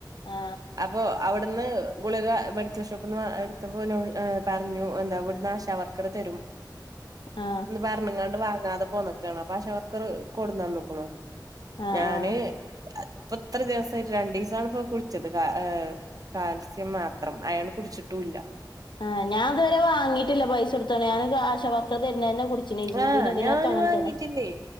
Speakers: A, on the left (about 90°); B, on the right (about 50°).
A: ആ
B: അപ്പൊ അവിട് ന്ന് ഗുളിക മെഡിക്കൽ ഷോപ്പ്ന്ന് എടുത്തപ്പൊ നൂ പറഞ്ഞു എന്താ ഇവിടുന്ന് ആശാവർക്കർ തരും
A: ആ
B: ഇന്ന് പറഞ്ഞങ്ങാണ്ട് വാങ്ങാതെ പോന്നക്കാണ് അപ്പൊ ആശാ വർക്കർ കൊടുന്ന ന്നുക്കുണു..
A: ആ
B: ഞാന്..
A: ആ
B: പ്പൊ ഇത്ര ദിവസായിട്ട് രണ്ടീസാണ് ഇപ്പ കുളിച്ചത് കാ ഏർ കാൽസ്യം മാത്രം അയേണ് കുടിച്ചിട്ടൂല്ല..
A: ആ ഞാൻതുവരെ വാങ്ങയിട്ടില്ല പൈസ കൊടുത്ത്കാണ്ട് ഞാൻ ആശാവർ <inaudible> തേര്ണതെന്നെ കുടിച്ചി നിഅങ്ങനെ
B: ആഹ് ഞാന് വാങ്ങിട്ടില്ലേ
A: തന്നെ.